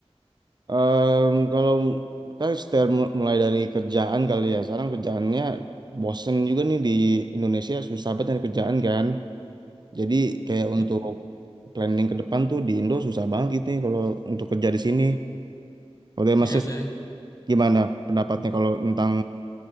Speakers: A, on the right; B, on the left.
A: Em, kalau kita setel- mulai dari kerjaan kali ya. Sekarang kerjaannya bosen juga nih di Indonesia susah banget nyari kerjaan kan. Jadi kayak untuk
B: I-
A: planning ke depan tuh di Indo susah banget gitu nih kalau untuk kerja di sini. Kalau dari Mas
B: iya
A: Sis,
B: sih.
A: gimana pendapatnya kalau tentang